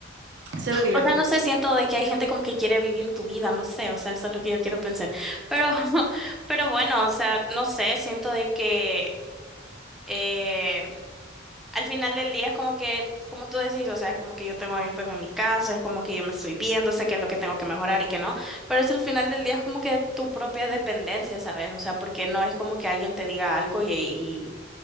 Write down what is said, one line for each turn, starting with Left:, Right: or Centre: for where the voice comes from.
Right: eso es lo que
Centre: O
Right: yo
Centre: sea,
Right: pienso.
Centre: no sé, siento de que hay gente como que quiere vivir tu vida, no sé, o sea, eso es lo que yo quiero pensar. Pero, <laughs> pero bueno, o sea, no sé, siento de que eh, al final del día es como que, como tú decís, o sea, es como que yo tengo un espejo en mi casa, es como que yo me estoy viendo, sé qué es lo que tengo que mejorar y qué no, pero es al final del día es como que tu propia dependencia, ¿sabes? O sea, porque no es como que alguien te diga algo y,